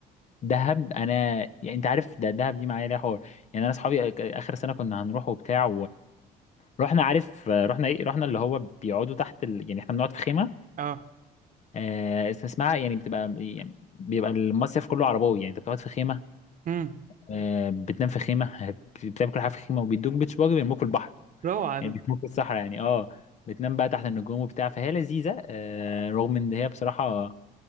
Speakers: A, on the left (about 45°); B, on the right (about 50°).
A: دهب انا يعني انت عارف ده دهب دي معايا ليها حوار يعني انا اصحابي أك- اخر سنه كنا هنروح وبتاع ورحنا عارف رحنا ايه رحنا اللي هو بيقعدوا تحت ال... يعني احنا بنقعد في خيمه
B: اه
A: آه اس- اسمها يعني بتبقى يعني بيبقى المصيف كله عرباوي يعني انت بتقعد في خيمه
B: امم
A: آه بتنام في خيمه <laughs> بتعمل كل حاجه في خيمه وبيدوك بيتش باجي بيرموك في البحر
B: روعة
A: يعني
B: دي
A: بيرموك في الصحراء يعني اه بتنام بقى تحت النجوم وبتاع فهي لذيذه آه رغم ان هي بصراحه